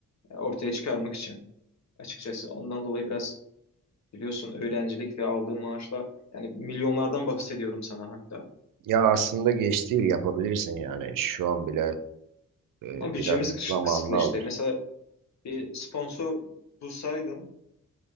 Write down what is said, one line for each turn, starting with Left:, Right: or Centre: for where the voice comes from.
Left: ortaya çıkarmak için açıkçası. Ondan dolayı biraz biliyorsun öğrencilik ve aldığım maaşla yani milyonlardan bahsediyorum sana hatta.
Right: Ya aslında geç değil yapabilirsin yani. Şu an bile Ee,
Left: Ama bütçemiz
Right: biraz
Left: kıs-
Right: zamanını
Left: kısıtlı
Right: alır.
Left: işte. Mesela bir sponsor bulsaydım